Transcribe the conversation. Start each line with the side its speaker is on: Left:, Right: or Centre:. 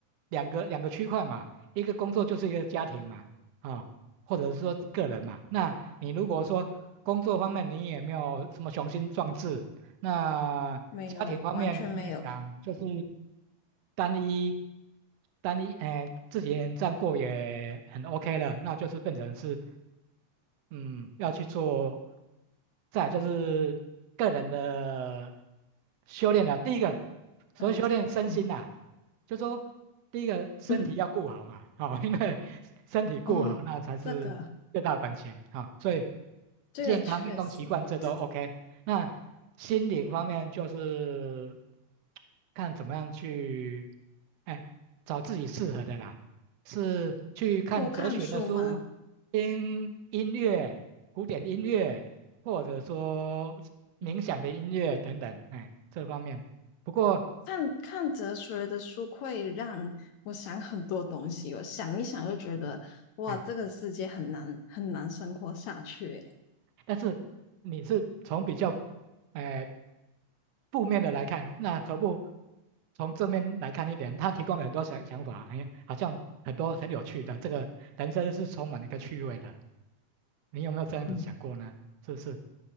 Right: 两个两个区块嘛，一个工作就是一个家庭嘛，啊、或者是说个人嘛。那你如果说工作方面你也没有什么雄心壮志，那家庭方面你也想就是
Left: 没有，完全没有。
Right: 单一单一，哎、自己一个人这样过也很 OK 了，那就是变成是。嗯，要去做，再来就是个人的修炼了。第一个，所谓修炼身心啊，
Left: 嗯嗯
Right: 就说第一个身体要顾好嘛，
Left: 嗯，
Right: 好、<laughs> 因为身体顾好，
Left: 哦，
Right: 那才是最大的本钱啊、
Left: 这个
Right: 所以
Left: 这个确实，
Right: 健康、运动习惯这都
Left: 就是
Right: OK。那心灵方面就是看怎么样去，哎，找自己适合的啦。是去看哲学的书，
Left: 多看书嘛。
Right: 听音乐、古典音乐，或者说冥想的音乐等等，
Left: 嗯，
Right: 哎，这方面。不过，
Left: 看看哲学的书会让我想很多东西，我想一想就觉得，哇，
Right: 哎，
Left: 这个世界很难很难生活下去欸。
Right: 但是你是从比较负，哎，负面的来看，那何不从正面来看一点？他提供了很多想想法，哎，好像很多很有趣的，这个人生是充满一个趣味的。你有没有这样子想过呢？
Left: 嗯
Right: 是不是？